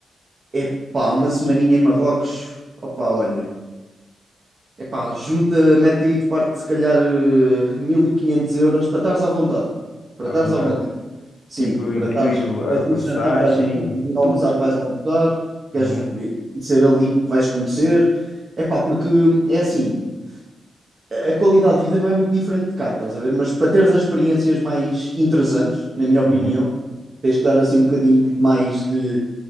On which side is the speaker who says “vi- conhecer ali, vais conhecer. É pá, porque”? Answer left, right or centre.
Right